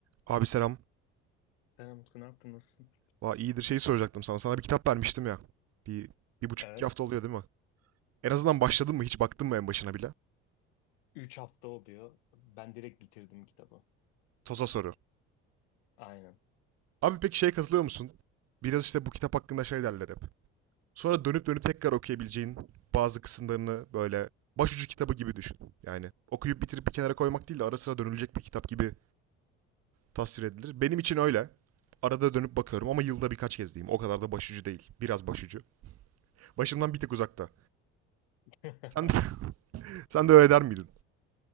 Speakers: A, on the right (about 55°); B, on the left (about 85°).
A: Abi selam.
B: Selam Utku, ne yaptın? Nasılsın?
A: Valla iyidir şeyi soracaktım sana. Sana bir kitap vermiştim ya. Bir, bir buçuk
B: Evet.
A: iki hafta oluyor değil mi? En azından başladın mı? Hiç baktın mı en başına bile?
B: üç hafta oluyor. Ben direkt bitirdim kitabı.
A: Toza soru.
B: Aynen.
A: Abi peki şeye katılıyor musun? Biraz işte bu kitap hakkında şey derler hep. Sonra dönüp dönüp tekrar okuyabileceğin bazı kısımlarını böyle başucu kitabı gibi düşün. Yani okuyup bitirip bir kenara koymak değil de ara sıra dönülecek bir kitap gibi tasvir edilir. Benim için öyle. Arada dönüp bakıyorum ama yılda birkaç kez diyeyim. O kadar da başucu değil. Biraz başucu. Başımdan bir tık uzakta.
B: <laughs>
A: Sen de, <laughs> sen de öyle der miydin?